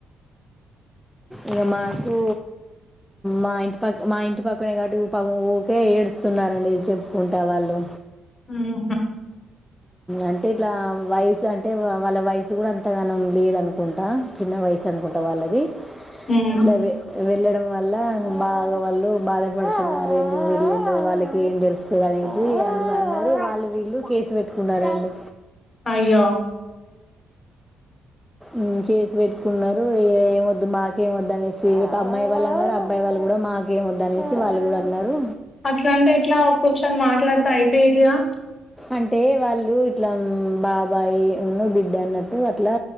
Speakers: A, in the centre; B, on the left (about 25°).
A: ఇక మాకు మా ఇంటి పక్క మా ఇంటి పక్కనే కాబట్టి పాపమ్ ఊరికే ఏడుస్తున్నారండి చెప్పుకుంటా వాళ్ళు
B: ఊహూ
A: అంటే ఇట్లా వయసు అంటే వాళ్ళ వయసు కూడా అంతగానం లేదు అనుకుంటా చిన్న వయసు అనుకుంటా వాళ్ళకి
B: మ్మ్
A: ఉ గవే వెళ్ళడం వల్ల బాగా వాళ్ళు బాధ వడుతున్నారు <unintelligible> వాలకి ఏం తెలుసు స్తది అనేసి అన్ అన్నరు వాళ్ళు వీళ్ళు కేసు పెట్ కున్నారండి
B: అయ్యో
A: ఉ కేసు పెట్టుకున్నరు ఏం వద్దు మాకే వద్ అనేసి ఇటు అమ్మాయి వాళ్ళు అన్నరు అబ్బాయి వాళ్ళు కూడా మాకేమ వద్ద అనేసి వాళ్ళు కూడా అన్నారు
B: అట్లంటే ఎట్లా కూచన్ మాట్లాడితే అయిపోయేదిగా
A: అంటే వాళ్ళు ఇట్లా ఊ బాబాయి ఉన్ను బిడ్డ అన్నట్టు అట్లా